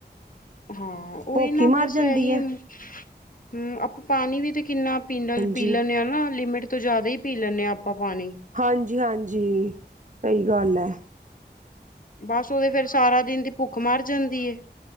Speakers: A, on the left (about 50°); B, on the right (about 45°).
A: ਹਾਂ ਉਹ
B: ਭੁੱਖ
A: ਹੀ ਨਾ
B: ਮਰ
A: ਬਸ
B: ਜਾਂਦੀ
A: ਇਹੀ
B: ਹੈ
A: ਹਮ ਆਪਾਂ ਪਾਣੀ ਵੀ ਤੇ ਕਿੰਨਾ ਪੀਨਲ
B: ਹਾਂਜੀ
A: ਪੀ ਲੈਂਦੇ ਹਾਂ ਨਾ ਲਿਮਿਟ ਤੋਂ ਜਾਦਾ ਹੀ ਪੀ ਲੈਨੇ ਹਾ ਆਪਾ ਪਾਣੀ।
B: ਹਾਂਜੀ-ਹਾਂਜੀ ਸਹੀ ਗੱਲ ਹੈ।
A: ਬਸ ਉਹਦੇ ਫੇਰ ਸਾਰਾ ਦਿਨ ਦੀ ਭੁੱਖ ਮਰ ਜਾਂਦੀ ਹੇ।